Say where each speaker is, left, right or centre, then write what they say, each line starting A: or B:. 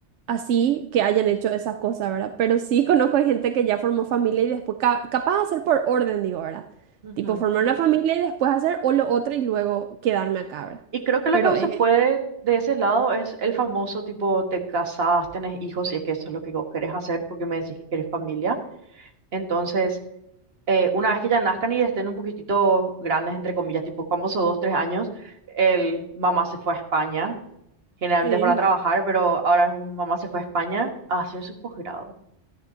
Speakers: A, on the right; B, on the right.
A: así que hayan hecho esa cosa, ¿verdad? Pero sí <laughs> conozco a gente que ya formó familia y después, ca- capaz de hacer por orden, digo, ¿verdad?
B: Ujú.
A: Tipo, formar una familia y después hacer o lo otro y luego quedarme acá, ¿verdad?
B: Y creo que lo
A: Pero,
B: que se
A: eh,
B: puede de ese lado es el famoso tipo, te casás, tenés hijos, si es que eso es lo que vos querés hacer, porque me decís que querés familia. Entonces, eh, una vez que ya nazcan y estén un poquitito grandes, entre comillas, tipo famoso dos, tres años, el mamá se fue a España, Generalmente
A: sí.
B: es para trabajar, pero ahora es un mamá se fue a España a hacer su posgrado.